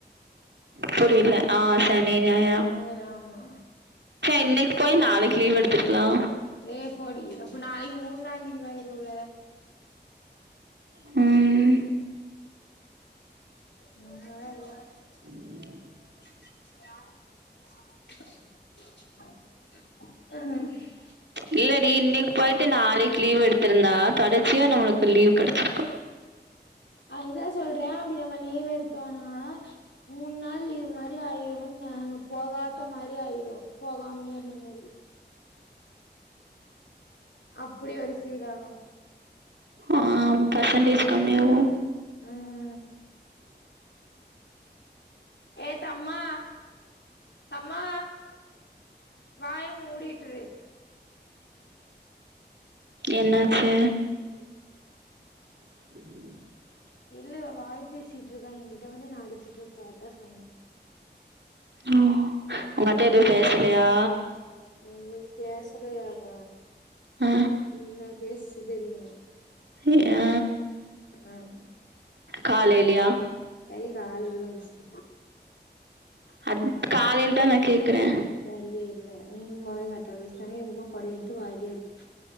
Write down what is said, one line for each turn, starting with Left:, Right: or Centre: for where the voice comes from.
Right: புரியல ஆசனி ஞாய
Left: நூறு ஆமா
Right: இன்னிக்கி போய் நாளிக்கி லீவ் எடுத்துருக்கலா
Left: ஏ போடி அப்ப நாளிக்கி மூண் நாள் லீவ் ஆயிருல
Right: ம்
Left: <inaudible>
Right: <inaudible>
Left: <inaudible>
Right: இல்லடி இன்னிக்கி போயிட்டு நாளிக்கி லீவ் எடுத்திருந்தா தொடர்ச்சியா நம்மளுக்கு லீவ் கெடச்சிரு
Left: அதுதா சொல்றே அப்டி நம்ம லீவ் எடுத்தோம்னா மூண் நாள் இது மாரி ஆயிடுன்ன போகாத மாரி ஆயிடு போகாமையே இருந்த மாரி அப்டி ஒரு சீர் ஆகு
Right: ஆ பர்சன்டேஜ் கம்மியாகு
Left: ம் ஏ தம்மா ம்மா வாயம் மூடிட்டுரு
Right: என்னாச்சு
Left: <inaudible>
Right: <inaudible>
Left: இல்ல வாய் பேசிட்டு எங்க்கிட்ட வந்து என்ன அடிச்சிட்டு இருக்கா தா சொன்னே
Right: ஓ உங்க அத்தை எதுவு பேசலையா
Left: ம் ம் பேசலையாவா
Right: அ
Left: என்ன பேசச்சுது தெரியுமா
Right: இ ஆ
Left: ஆமா
Right: காலைலயா
Left: தைக ஆள் இல்ல பெஸ்ட்
Right: அது காலையில தா நா கேக்குறே
Left: வாயையே இல்ல எங்கமாவே கத்தச்சாங்க எங்கமா கொடைைய எடுத்து வாயிலே அடி